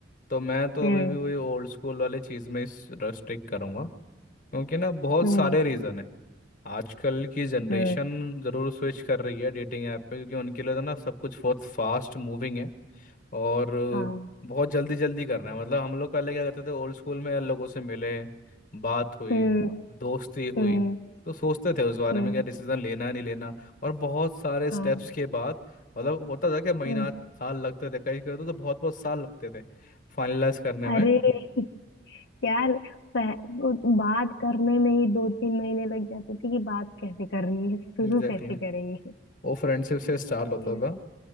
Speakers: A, on the left; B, on the left.
A: तो मैं तो
B: हम्म
A: अभी भी वही ओल्ड स्कूल वाले चीज़ में रेस्ट्रिक्ट करूँगा क्योंकि ना बहुत
B: हम्म
A: सारे रीज़न है आजकल की जनरेशन
B: हम्म
A: ज़रूर स्विच कर रही है डेटिंग ऐप पे क्योंकि उनके लिए तो ना सब कुछ बहुत फास्ट मूविंग है और
B: हाँ
A: बहुत जल्दी जल्दी करना है मतलब हम लोग पहले क्या करते थे ओल्ड स्कूल में लोगों से मिले बात हुई
B: हम्म
A: दोस्ती हुई
B: हम्म
A: तो सोचते थे उस बारे
B: हम्म
A: में क्या डिसीजन लेना नहीं लेना और बहुत सारे स्टेप्स
B: हाँ
A: के बाद मतलब होता था कि महीना
B: हम्म,
A: साल लगते थे कई कई तो, तो बहुत बहुत साल लगते थे फाइनलाइज करने में
B: अरे <laughs> यार पह, वो बात करने में ही दो तीन महीने लग जाते थे कि बात कैसे करनी है शुरू
A: Exactly
B: कैसे
A: exactly.
B: करेंगे
A: वो फ्रेंडशिप से स्टार्ट
B: कोई
A: होता
B: नहीं
A: था